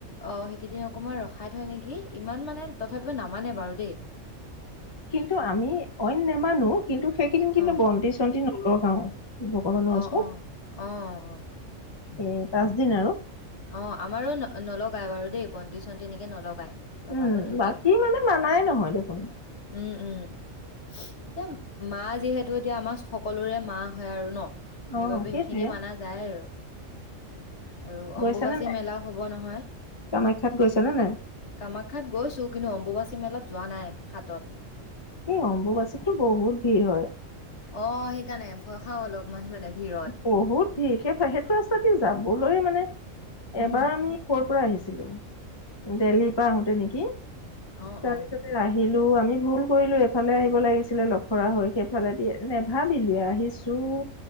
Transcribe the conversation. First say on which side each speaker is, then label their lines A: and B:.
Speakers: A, on the left; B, on the left.
A: অহ সেইকেইদিন অকণমান ৰখাই থয় নেকি? ইমান মানে, তথাপিও নামানে বাৰু দেই।
B: কিন্তু, আমি অইন নেমানো, কিন্তু সেইকেইদিন কিন্তু
A: অ
B: বন্তি-চন্তি নলগাওঁ। ভগৱানৰ
A: অ
B: ওচৰত,
A: অ অ অ
B: এই পাঁচদিন আৰু।
A: অঁ আমাৰো ন, নলগাই বাৰু দেই, বন্তি-চন্তি এনেকে নলগাই। লগাব
B: উম
A: নিদিয়ে,
B: বাকী মানে মানাই নহয় দেখোন
A: উম উম, এতিয়া মা যিহেতু, এতিয়া আমাৰ সকলোৰে মা হয় আৰু ন', সেইবাবে
B: অ সেইটোৱে
A: সেইখিনি মানা যায় আৰু। আৰু
B: গৈছে
A: অম্বুবাচী
B: নে
A: মেলাও হব নহয়।
B: কামাখ্যাত গৈছা নে নাই?
A: কামাখ্যাত গৈছো, কিন্তু অম্বুবাচী মেলাত যোৱা নাই, হাতত।
B: এই অম্বুবাচীতটো বহুত ভিৰ হয়!
A: অঁ সেইকাৰণে ভয় খাওঁ অলপমান মানে ভিৰত।
B: বহুত ভিৰ! সেই, সেইটো ৰাস্তা দি যাবলৈ মানে,
A: উম,
B: এবাৰ আমি কৰ পৰা আহিছিলো? দেলহিৰ পৰা আহোতে নেকি?
A: অ',
B: তাৰপিছত
A: অ',
B: আহিলো, আমি ভুল কৰিলো, এইফালে আহিব লাগিছিলে লফৰা হৈ সেইফালেদি, নেভাবিলো আহিছো ছো